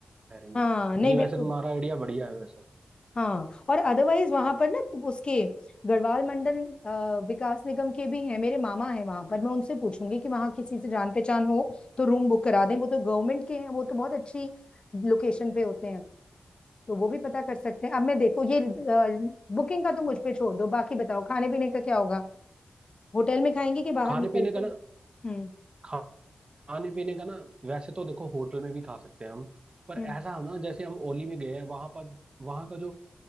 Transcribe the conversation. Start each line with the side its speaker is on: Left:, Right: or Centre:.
Right: ठहरेंगे
Left: हाँ नहीं
Right: ये
Left: बिल्कुल
Right: वैसे तुम्हारा आइडिया बढ़िया है वैसे
Left: हाँ और अदरवाइज वहां पर ना उसके गढ़वाल मंडल अ, विकास निगम के भी हैं मेरे मामा हैं वहां पर मैं उनसे पूछूंगी कि वहां किसी से जान पहचान हो तो रूम बुक करा दें वो तो गवर्नमेंट के हैं वो तो बहुत अच्छी लोकेशन पे होते हैं तो वो भी पता कर सकते हैं अब मैं देखो ये बुकिंग का तो मुझ पे छोड़ दो बाकी बताओ खाने पीने का क्या होगा होटल में खाएंगे कि बाहर
Right: खाने
Left: निकल
Right: पीने का
Left: के हम्म
Right: ना खाने पीने का ना वैसे तो देखो होटल में भी खा सकते हैं हम पर
Left: हम्म
Right: ऐसा हो ना जैसे हम ओली में गए हैं वहां पर वहां का जो